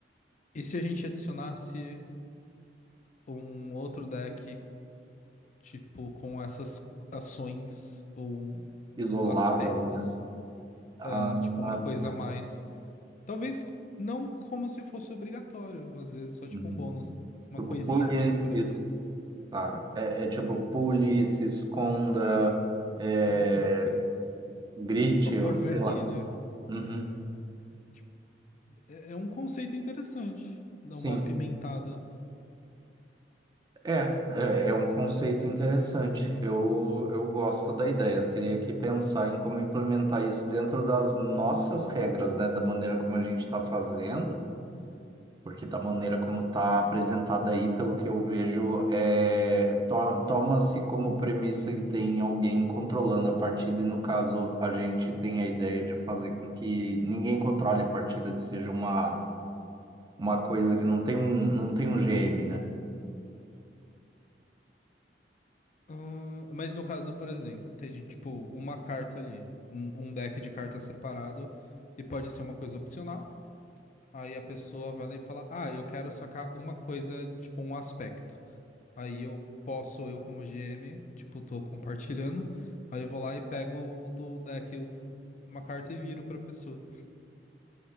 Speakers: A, on the left (about 45°); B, on the right (about 25°).
A: E se a gente adicionasse um outro deck, tipo, com essas ações ou
B: Isoladas,
A: aspectos,
B: né? Ah,
A: né? Tipo, uma coisa
B: tá.
A: a mais. Talvez não como se fosse obrigatório, às vezes só tipo
B: Uhum.
A: um bônus, uma
B: Tipo,
A: coisinha
B: pule,
A: a mais
B: se
A: para.
B: es- tá. É, é tipo, pule, se esconda, é,
A: Isso.
B: grite,
A: Tipo, a cor
B: ou sei
A: vermelha.
B: lá. Uhum.
A: Tipo, É, é um conceito interessante, dar
B: Sim.
A: uma apimentada.
B: É, é, é um conceito interessante. Eu, eu gosto da ideia. Teria que pensar em como implementar isso dentro das nossas regras, né? Da maneira como a gente está fazendo, porque da maneira como está apresentada aí, pelo que eu vejo, é, to- toma-se como premissa que tem alguém controlando a partida, e no caso, a gente tem a ideia de fazer com que ninguém controle a partida, que seja uma, uma coisa que não tem um, não tem um GM, né?
A: Ahn, mas no caso, por exemplo, tem tipo uma carta ali, um, um deck de cartas separado, e pode ser uma coisa opcional. Aí a pessoa vai lá e fala: Ah, eu quero sacar uma coisa, tipo um aspecto. Aí eu posso, eu como GM, tipo, tô compartilhando. Aí eu vou lá e pego o do deck um- uma carta e viro pra pessoa.